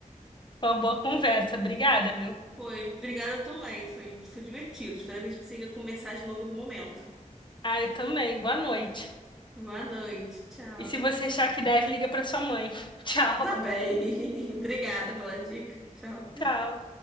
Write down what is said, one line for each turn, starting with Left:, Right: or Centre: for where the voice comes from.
Left: Foi uma boa conversa, obrigada, viu?
Centre: Foi, obrigada também. Foi, foi divertido. Espero que a gente consiga conversar de novo em algum momento.
Left: Ah, eu também, boa noite.
Centre: Boa noite, tchau.
Left: E se você achar que deve, liga pra sua mãe. <laughs> Tchau,
Centre: Tá bem. <laughs> Obrigada pela dica. Tchau.
Left: tchau.